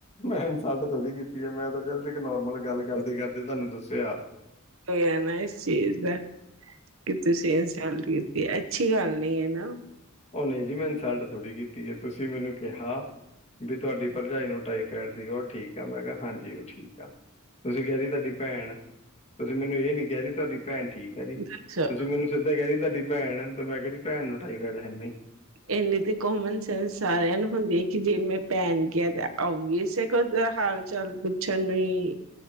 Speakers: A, on the left; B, on the right.
A: ਮੈਂ ਇਨਸਲਟ ਥੋੜ੍ਹੀ ਕੀਤੀ ਹੈ ਮੈਂ ਤਾਂ ਜਸਟ ਇੱਕ ਨੋਰਮਲ ਗੱਲ ਕਰਦੇ ਕਰਦੇ ਤੁਹਾਨੂੰ ਦੱਸਿਆ।
B: ਹੋਇਆ ਨਾ ਇਸ ਚੀਜ਼ ਦਾ। ਕਿ ਤੁਸੀਂ ਇਨਸਲਟ ਕੀਤੀ ਅੱਛੀ ਗੱਲ ਨਹੀਂ ਹੈ ਨਾ।
A: ਉਹ ਨਹੀਂ ਜੀ ਮੈਂ ਇਨਸਲਟ ਥੋੜ੍ਹੀ ਕੀਤੀ ਹੈ, ਤੁਸੀਂ ਮੈਨੂੰ ਕਿਹਾ। ਵੀ ਤੁਹਾਡੀ ਭਰਜਾਈ ਨੂੰ ਟਾਈਫੈਡ ਸੀ, ਉਹ ਠੀਕ ਆ ਮੈਂ ਕਿਹਾ ਹਾਂਜੀ ਉਹ ਠੀਕ ਆ। ਤੁਸੀਂ ਕਿਹਾ ਜੀ ਤੁਹਾਡੀ ਭੈਣ ਤੁਸੀਂ ਮੈਨੂੰ ਇਹ ਨਹੀਂ ਕਿਹਾ ਜੀ ਤੁਹਾਡੀ ਭੈਣ ਠੀਕ। ਹਾਂਜੀ
B: ਅੱਛਾ,
A: ਤੁਸੀਂ ਮੈਨੂੰ ਸਿੱਧਾ ਕਿਹਾ ਜੀ, ਤੁਹਾਡੀ ਭੈਣ ਤੇ ਮੈਂ ਕਿਹਾ ਜੀ ਭੈਣ ਨੂੰ ਟਾਈਫਾਈਡ ਹੈ। ਨਹੀਂ
B: ਇੰਨੀ ਤੇ ਕੋਮਨ ਸੈਂਸ ਸਾਰਿਆਂ ਨੂੰ ਹੁੰਦੀ ਆ ਕਿ ਜੇ ਮੈਂ ਭੈਣ ਗਿਆ ਜਾ ਓਵੀਅਸ ਐ ਕਿ ਉਸਦਾ ਹਾਲ ਚਾਲ ਪੁੱਛਣ ਲਈ